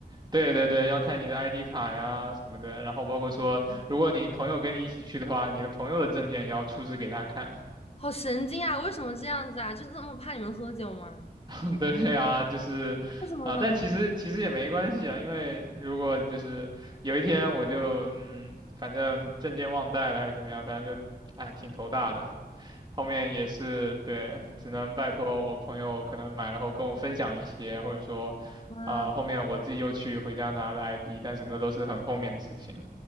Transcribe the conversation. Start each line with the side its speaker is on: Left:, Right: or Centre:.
Right: 对对对，要看你的 ID 卡呀什么的，然后包括说，如果你朋友跟你一起去的话，你的朋友的证件也要出示给他看。
Left: 好神经啊！为什么这样子啊？就这么怕你们喝酒吗？
Right: <laughs> 对呀，就是，
Left: 为什么呢？
Right: 啊、但其实其实也没关系啊，因为如果就是有一天我就嗯，反正证件忘带了还是怎么样，反正就，哎，挺头大的。后面也是对，只能拜托我朋友可能买了后跟我分享一些，或者说，
Left: 嗯
Right: 啊、后面我自己又去回家拿了 ID，但是那都是很后面的事情。